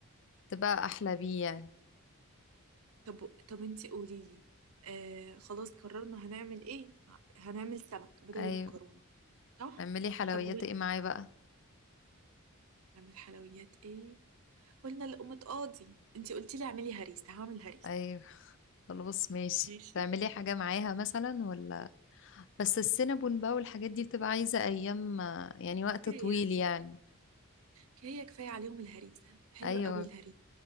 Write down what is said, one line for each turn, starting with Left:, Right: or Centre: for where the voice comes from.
Left: تبقى احلى بيه يعني
Right: طب طب انتي قوليلي آه خلاص قررنا هنعمل ايه هنعمل سمك بدل
Left: ايوه
Right: المكرونة صح
Left: اعملي حلويات
Right: طب وين
Left: ايه معاه بقى
Right: نعمل حلويات ايه قلنا لقمة قاضي انتي قلتي لي اعملي هريسة هعمل هريسة
Left: ايوه خلاص ماشي
Right: ماشي
Left: تعملي حاجة معاها مثلا ولا بس السينابون بقى والحاجات دي بتبقى عايزة ايام يعني وقت
Right: كفاية
Left: طويل يعني
Right: كفاية كفاية عليهم الهريسة حلوة
Left: ايوه
Right: قوي الهريسة